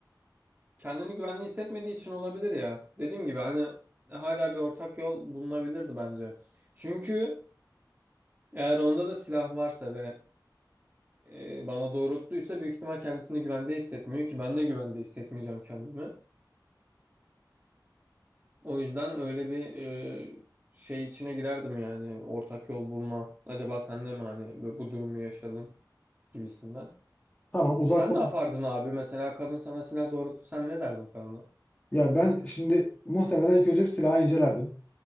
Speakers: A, on the right; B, on the left.
A: Kendini güvenli hissetmediği için olabilir ya. Dediğim gibi hani e, hala bir ortak yol bulunabilirdi bence. Çünkü eğer onda da silah varsa ve e, bana doğrulttuysa büyük ihtimal kendisini güvende hissetmiyor ki ben de güvende hissetmeyeceğim kendimi. O yüzden öyle bir e, şey içine girerdim yani ortak yol bulma. Acaba sen de mi hani bu bu durumu yaşadın gibisinden.
B: Tamam uzaktan.
A: Sen ne yapardın abi? Mesela kadın sana silah doğrulttu. Sen ne derdin kadına?
B: Ya ben şimdi muhtemelen ilk önce bir silahı incelerdim.